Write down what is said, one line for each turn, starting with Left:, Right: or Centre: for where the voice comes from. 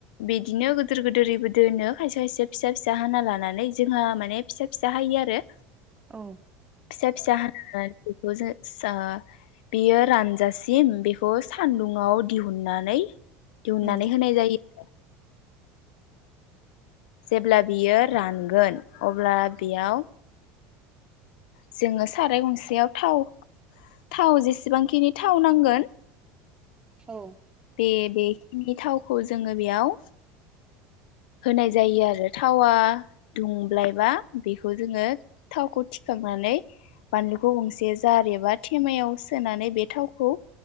Left: बिदिनो गिदोर गोदोरैबो दोनो खायसे खायसेया फिसा फिसा हाना लानानै जोंहा माने फिसा फिसा हायो आरो
Right: औ
Left: फिसा फिसा हाना बेखौ जों <unintelligible> बियो रानजा सिम बेखौ सान्दुं आव दिहुननानै दिहुननानै
Right: उम
Left: होनाय जायो <inaudible> जेब्ला बियो रानगोन अब्ला बियाव जोङो साराय गंसेयाव थाव थाव जेसेबांखिनि थाव नांगोन
Right: औ
Left: बे बेखिनि थावखौ जोङो बेयाव होनाय जायो आरो थावा दुंब्लायबा बेखौ जोङो थावखौ थिखांनानै बानलुखौ गंसे जार एबा थेमायाव सोनानै बे थावखौ